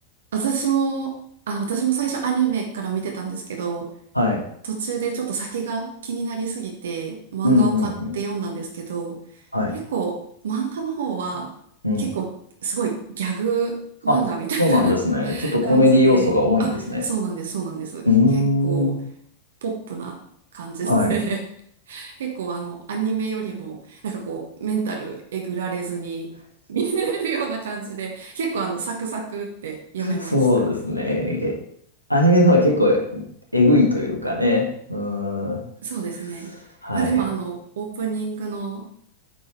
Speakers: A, on the right; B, on the right.
A: 私も、あ、私も最初アニメから見てたんですけど、
B: はい。
A: 途中でちょっと先が気になりすぎて漫画を買って読んだんですけど、
B: うん、うん、うん。はい。
A: 結構漫画の方は結構すごいギャグ漫画みたいな
B: うん。あ、そうなんですね。
A: <laughs>
B: ちょっとコメディ要素が多いんですね。
A: 感じで、あ、そうなんです、そうなんです。
B: うーん。
A: 結構ポップな感じですね。
B: はい。
A: 結構あの、アニメよりも、なんかこう、メンタルえぐられずに見れるような感じで、結構あの、サクサクって読めました。
B: そうですね。えアニメの方は結構えぐいというかね。うーん。
A: そうですね。
B: はい。
A: まあでもあの、オープニングの、